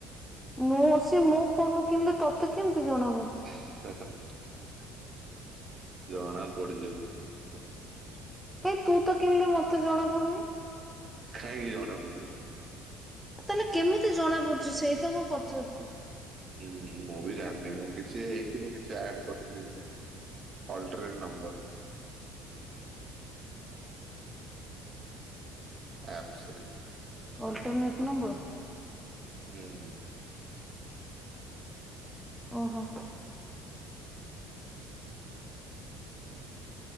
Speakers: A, in the centre; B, on the right.
A: ମୁଁ ସିଏ ମୋ ଫୋନ ରୁ କିଣିଲେ ତତେ କେମିତି ଜଣା ପଡୁଛି।
B: <unintelligible> ଜଣା ପଡି ଯାଉଛି ମୋତେ ସବୁ।
A: କାଇଁ ତୁ ତ କିଣିଲେ ମତେ ଜଣାପଡୁନି?
B: କାହିଁକି ଜଣା ପଡିବ।
A: ତାହେଲେ କେମିତି ଜଣା ପଡୁଛି ସେଇ ତ ମୁଁ ପଚାରୁଛି।
B: ହୁଁ ମୁଁ ବି ଜାଣିନି ମୁଁ କିଛି ହେଇଥିବ କିଛି ଆଡ କରିଥିବି କି କଣ? Alternate number. ଆପ୍ସରେ।
A: Alternate number.
B: ହୁଁ।
A: ଓହୋ।
B: ହୁଁ